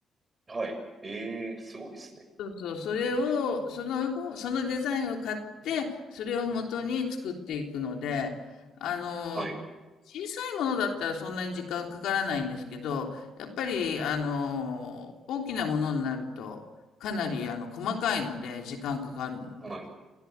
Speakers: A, on the right; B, on the left.
A: はい。ええすごいですね。
B: そうそう、それを、その、そのデザインを買って、それを元に作っていくので、あの、
A: はい。
B: 小さいものだったらそんなに時間かからないんですけど、やっぱり、あの、大きなものになると、かなり、あの、細かいので、時間かかるので。
A: はい。